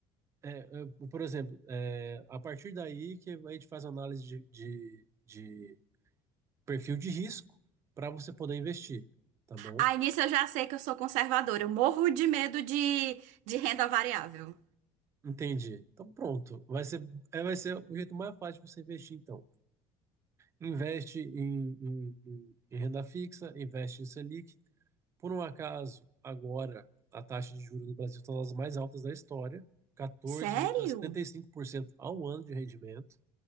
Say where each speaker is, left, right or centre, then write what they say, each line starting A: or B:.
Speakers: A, on the right (about 20°); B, on the right (about 75°).
A: é, é, por exemplo, é, a partir daí que a gente faz análise de, de, de perfil de risco para você poder investir, tá bom?
B: Aí nisso eu já sei que eu sou conservadora, eu morro de medo de, de renda variável.
A: Entendi. Então pronto. Vai ser, é, vai ser o jeito mais fácil de você investir, então. investe em, em- em- em renda fixa, investe em Selic. Por um acaso, agora a taxa de juros do Brasil está nas mais altas da história, 14,75%
B: Sério?
A: ao ano de rendimento,